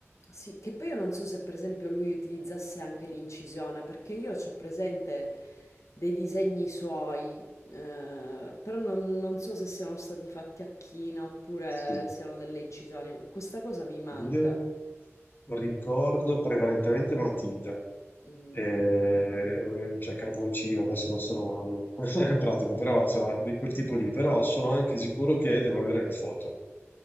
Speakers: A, on the left; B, on the left.
A: sì, che poi io non so se per esempio lui utilizzasse anche l'incisione, perché io ho presente dei disegni suoi, eh, però non, non so se siano stati fatti a china oppure
B: Sì.
A: siano delle incisioni. Questa cosa mi manca.
B: Io ricordo prevalentemente matita.
A: Mhm.
B: eh, cioè Carboncino, adesso non sono io, <laughs> in pratico, però insomma, di quel tipo lì, però sono anche sicuro che devo avere le foto.